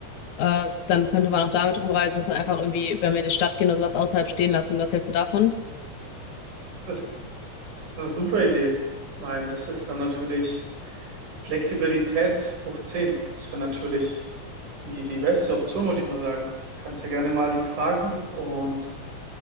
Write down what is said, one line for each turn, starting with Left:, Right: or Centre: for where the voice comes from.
Left: Äh, dann könnte man auch damit rumreisen, dass dann einfach irgendwie, wenn wir in die Stadt gehen oder sowas außerhalb stehen lassen. Was hältst du davon?
Right: das ist eine super Idee. Ich meine, das ist dann natürlich Flexibilität hoch 10. Das wäre natürlich die, die beste Option, würde ich mal sagen. Kannst ja gerne mal lieb fragen. Und